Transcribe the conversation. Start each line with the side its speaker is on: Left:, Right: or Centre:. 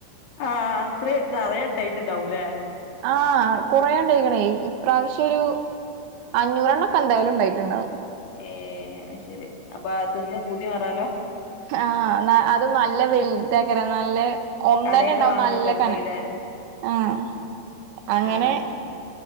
Left: ആ അത്രേ നറേ <unintelligible> ഇണ്ടായിട്ടിണ്ടാവൂലെ
Right: ആഹ് കുറേ ഇണ്ടായിക്ക്ണേ ഇപ്രാവശ്യ
Left: ഏഹ്
Right: ഒരു അഞ്ഞൂറെണ്ണ ഒക്കെ എന്തായാലും ഉണ്ടായിട്ടുണ്ടാവും
Left: ഏ അ ശരി അപ്പൊ അത് തിന്ന് പൂതി മാറാലോ
Right: ആഹ് ന്നാ അതും നല്ല വെല്താക്കാരം നല്ലെ ഒന്നന്നെണ്ടാവും
Left: കടേന്ന് വാങ്ങുന്ന
Right: നല്ല
Left: പോലത്തെല്ലേ
Right: കനം ആഹ് അങ്ങനെ
Left: ആ